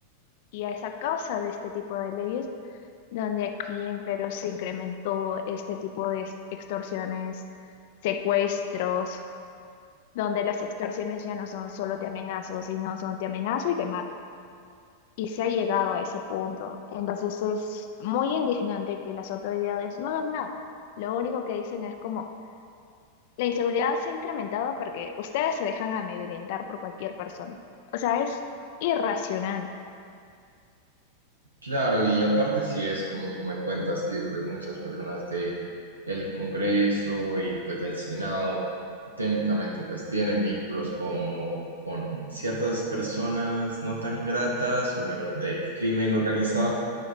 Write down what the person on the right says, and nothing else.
Claro, y aparte si es como tú me cuentas que pues muchas personas de el Congreso y pues del Senado técnicamente pues tienen vínculos como con ciertas personas no tan gratas o bueno, del crimen organizado,